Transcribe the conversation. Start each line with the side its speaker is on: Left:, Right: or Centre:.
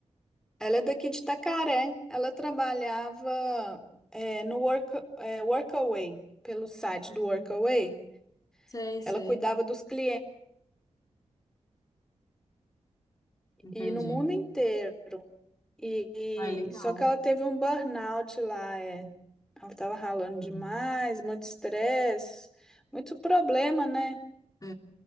Centre: <laughs> Ela é daqui de Itacaré. Ela trabalhava é, no work, é, Workaway, pelo site do
Left: Uhum.
Centre: Workaway.
Left: Sei, sei.
Centre: Ela cuidava dos clientes
Left: Entendi.
Centre: e no mundo inteiro. E,
Left: Ah, é legal.
Centre: e- só que ela teve um burnout lá, é. Ela tava ralando
Left: Uhum.
Centre: demais, muito estresse, muito problema, né?
Left: É.